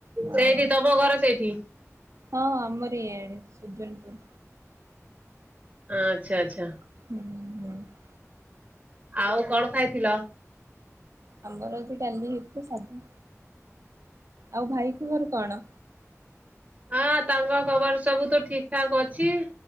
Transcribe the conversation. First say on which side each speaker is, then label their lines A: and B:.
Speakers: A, on the right (about 65°); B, on the right (about 25°).
A: ହଁ
B: ସେଇଠି, ତମ ଘର ସେଇଠି।
A: ହଁ, ଆମରି ଇଆଡେ, ସୁଜନପୁର।
B: ଆଁଚ୍ଛା, ଆଚ୍ଛା।
A: ହୁଁ, ହୁଁ।
B: ଆଉ କଣ ଖାଇଥିଲ?
A: ଆମର ସେଇ ଡାଲି ଇପି ସାଧା। ଆଉ ଭାଇ କୁ ମୋର କଣ?
B: ହଁ, ତାଙ୍କ ଖବର ସବୁ ତ ଠିକ୍ ଠାକ୍ ଅଛି।